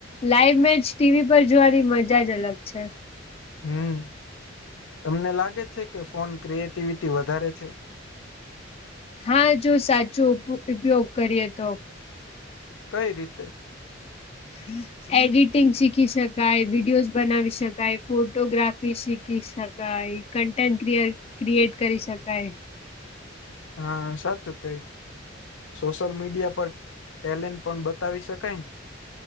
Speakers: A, on the left (about 30°); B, on the left (about 75°).
A: લાઈવ મેચ ટીવી પર જોવાની મજા જ અલગ છે.
B: હમ તમને લાગે છે કે ફોન ક્રિએટિવિટી વધારે છે.
A: હા જો સાચું ઉપયોગ કરીએ તો.
B: કઈ રીતે.
A: હ <unintelligible> એડિટિંગ શીખી શકાય, વિડીયોઝ બનાવી શકાય, ફોટોગ્રાફી શીખી શકાય. કન્ટેન્ટ ક ક્રિએટ કરી શકાય.
B: હા સાચું કઈ. સોશિયલ મીડિયા પર ટેલેન્ટ પણ બતાવી શકાયને.